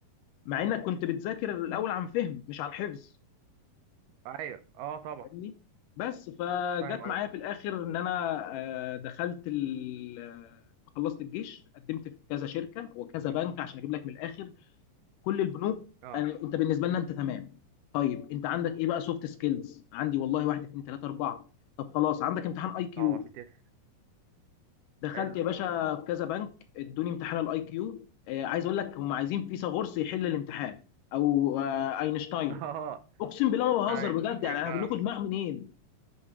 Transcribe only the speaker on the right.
ايوه اه طبعا
فاهم
قصدي
امم
اه
طبعا بتفرق
حلو
<laughs> اه
ايوه
فاهمك